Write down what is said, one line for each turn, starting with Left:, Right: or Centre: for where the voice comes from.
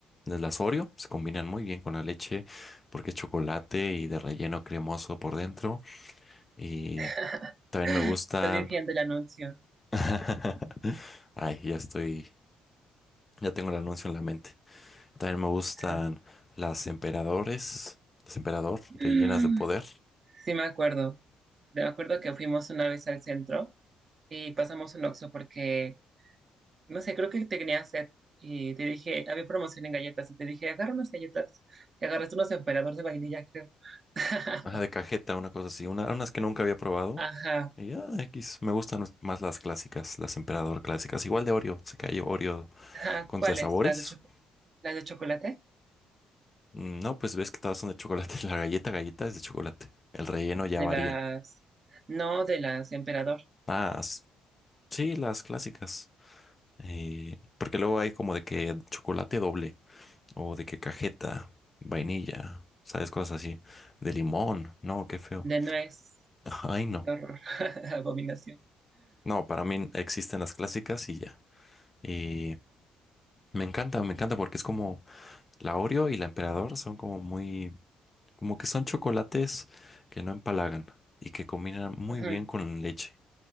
Left: las Oreo se combinan muy bien con la leche porque es chocolate y de relleno cremoso por dentro. Y
Right: <laughs>
Left: también me gustan.
Right: Estás diciendo el anuncio.
Left: <laughs> Ay, ya estoy, ya tengo el anuncio en la mente. También me gustan
Right: Ajá.
Left: las emperadores, las emperador
Right: Mm,
Left: de llenas de poder.
Right: Sí me acuerdo. Me acuerdo que fuimos una vez al centro y pasamos un Oxxo porque No sé, creo que te tenía sed y te dije, había promoción en galletas y te dije, agarra unas galletas. Y agarraste unos emperadores de vainilla, creo. <laughs>
Left: Ajá, de cajeta, una cosa así, una- unas que nunca había probado.
Right: Ajá.
Left: Y ya, X, me gustan más las clásicas, las emperador clásicas. Igual de Oreo, sé que hay Oreo
Right: Ajá.
Left: Con
Right: ¿Cuáles?
Left: de sabores.
Right: ¿Las de choco- las de chocolate?
Left: Mm, No, pues ves que todas son de chocolate. <laughs> La galleta, galleta es de chocolate. El relleno ya
Right: De
Left: varía.
Right: las... No, de las emperador.
Left: Ah, s- sí, las clásicas. Eh, porque luego hay como de que chocolate doble o de que cajeta, vainilla, sabes, cosas así. De limón. No, qué feo.
Right: De nuez.
Left: <laughs> Ay, no.
Right: Qué horror. <laughs> Abominación.
Left: No, para mí existen las clásicas y ya. Y me encanta, me encanta porque es como la Oreo y la Emperador son como muy Como que son chocolates que no empalagan y que combinan muy
Right: Ujú.
Left: bien con leche.